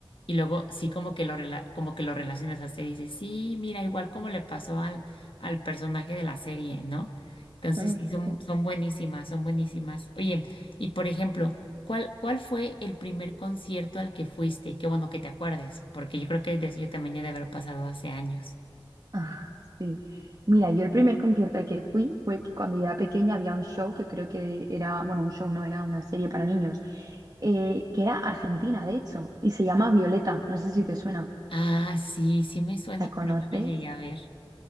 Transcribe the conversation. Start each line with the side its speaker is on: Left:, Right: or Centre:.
Left: Y luego sí como que lo rela- como que lo relacionas hasta y dices, sí, mira, igual como le pasó al, al personaje de la serie, ¿no? Entonces
Right: Ah,
Left: sí, son,
Right: pues,
Left: son buenísimas, son buenísimas. Oye, y por ejemplo, ¿cuál, cuál fue el primer concierto al que fuiste? Qué bueno que te acuerdes, porque yo creo que de eso yo también ya de haber pasado hace años.
Right: ah, sí. Mira, yo el primer concierto al que fui fue que cuando yo era pequeña había un show que creo que era, bueno, un show no, era una serie para niños, eh, que era argentina, de hecho, y se llama Violeta. No sé si te suena.
Left: Ah, sí, sí me suena,
Right: ¿La conoces?
Left: pero no la llegué a ver.